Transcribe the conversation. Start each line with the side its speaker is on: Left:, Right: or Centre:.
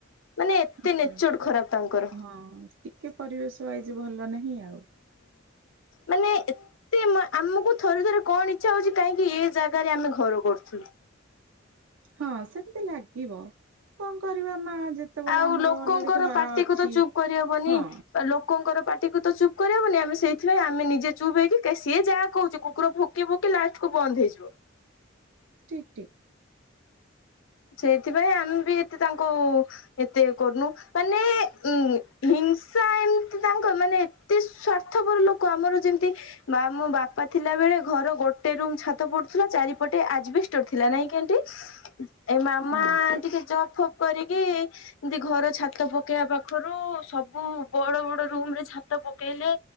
Left: ମାନେ ଏତେ
Right: ଆଜ୍ଞା
Left: ନେଚର ଖରାପ ତାଙ୍କର।
Right: ହଁ ଟିକେ ପରିବେଶ ୱାଇଜ ଭଲ ନାହିଁ। ଆଉ।
Left: ମାନେ ଏତେ ମାନେ ଆମକୁ ଥରେ ଥରେ କଣ ଇଛା ହଉଛି କାହିଁକି ଏ ଜାଗାରେ ଆମେ ଘର କରୁଥିଲୁ?
Right: ହଁ ସେମିତି ଲାଗିବ। କଣ କରିବା ମା ଯେତେବେଳେ
Left: ଆଉ
Right: ଆମର
Left: ଲୋକଙ୍କର
Right: ଅଲରେଡି ଘର
Left: ପାାର୍ଟି
Right: ଅଛି
Left: କୁ ତ ଚୁପ୍ କରିହବନି
Right: ହଁ
Left: ଲୋକଙ୍କର ପାଟିକୁୁ ତ ଚୁପ୍ କରିହବନି ଆମେ ସେଇଥିାଇଁ ଆମେ ନିଜେ ଚୁପ୍ ହେଇକି ସିଏ ଯାହା କହୁଛି କୁକୁର ଭୋକି ଭୋକି ଲାଷ୍ଟ କୁ ବନ୍ଦ ହେଇଯିବ।
Right: ଠିକ୍ ଠିକ୍।
Left: ସେଇଥିପାଇଁ ଆମେ ବି ଏତେ ତାଙ୍କୁ ଏତେ କରୁନୁ ମାନେ ଉ ହିଂସା ଏମତି ତାଙ୍କ ମାନେ ଏତେ ସ୍ଵାର୍ଥପର ଲୋକ ଆମର ଯେମତି ମୋ ବାପା ଥିଲେ ଆସିଲା ବେଳେ ଘର ଗୋଟେ ରୁମ୍ ଛାତ ପଡୁଥିଲା ଚାରିପଟେ ଆଜବେଷ୍ଟ ଥିଲା ନାଇଁ କି ଆଣ୍ଟୀ? ଏ ମାମା
Right: ହଁ
Left: ଟିକେ ଜବ୍ ଫୋକ୍ କରିକି ଏମିତି ଘର ଛାତ ପକେଇବା ପାଖରୁ ସବୁ ବଡ ବଡ ରୁମ ରେ ଛାତ ପକେଇଲେ